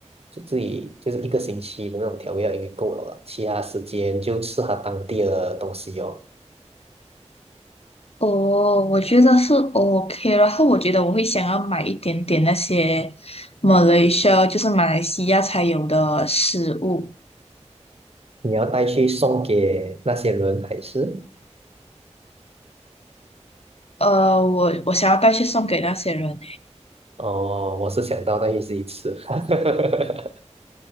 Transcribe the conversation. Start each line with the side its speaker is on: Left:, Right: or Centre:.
Right: 就自己就是一个星期的那种调味料应该够了啦，其他时间就吃它当地的东西哦。
Left: 哦，我觉得是 OK，然后我觉得我会想要买一点点那些 Malaysia，就是马来西亚才有的食物。
Right: 你要带去送给那些人还是？
Left: 呃，我我想要带去送给那些人欸
Right: 哦，我是想到带去自己吃。<laughs>